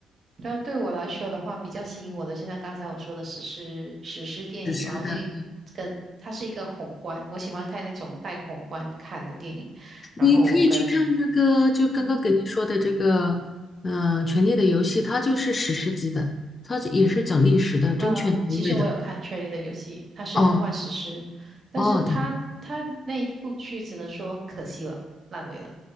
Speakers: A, on the right; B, on the left.
A: 那对我来说的话，比较吸引我的，就像刚才我说的史诗史诗电影，
B: 是的，
A: 然后因为跟它是一个宏观，我喜欢看那种带宏观看的电影，
B: 你可以去看那个，
A: 然后跟
B: 就刚刚给你说的这个，
A: 嗯
B: 嗯、权力的游戏》，它就是史诗级的，它也是讲历史的，争权夺位的。
A: 呃，其实我有看《权力的游戏》，它是科幻史诗，
B: 哦
A: 但是它它那一部剧只能说可惜了，
B: 哦，对，
A: 烂尾了。